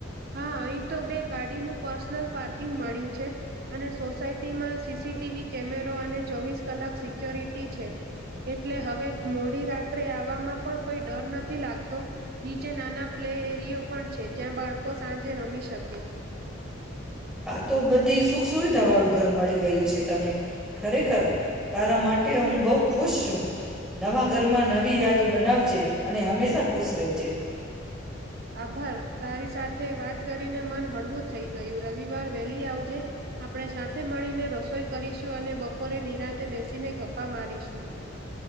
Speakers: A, on the right; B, in the centre.
A: હા અહીં તો બે ગાડીનું પર્સનલ પાર્કિંગ મળ્યું છે અને સોસાયટીમાં સી સી ટી વી કેમેરો અને ચોવીસ કલાક સિક્યોરિટી છે એટલે હવે મોડી રાત્રે આવવામાં પણ કોઈ ડર નથી લાગતો નીચે નાના પ્લે એરિયો પણ છે. જ્યાં બાળ કો સાંજે રમી શકે.
B: આ તો બધી સુખ સુવિધા વાળું ઘર મળી ગયું છે તને ખરેખર તારા માટે હું બહુ ખુશ છું નવા ઘરમાં નવી યાદો બનાવજે અને હંમેશા ખુશ રેજે.
A: આભાર તારી સાથે વાત કરીને મન હળવું થઈ ગયું રવિવાર વહેલી આવજે આપણે સાથે મળીને રસોઈ કરીશું અને બપોરે નિરાંતે બેસીને ગપ્પા મારીશું.